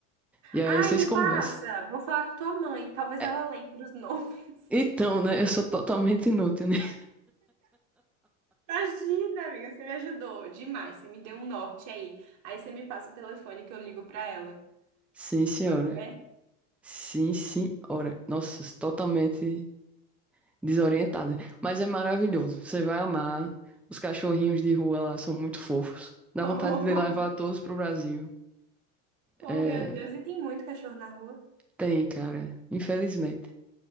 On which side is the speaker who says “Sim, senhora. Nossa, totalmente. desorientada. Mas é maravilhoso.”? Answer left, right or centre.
Centre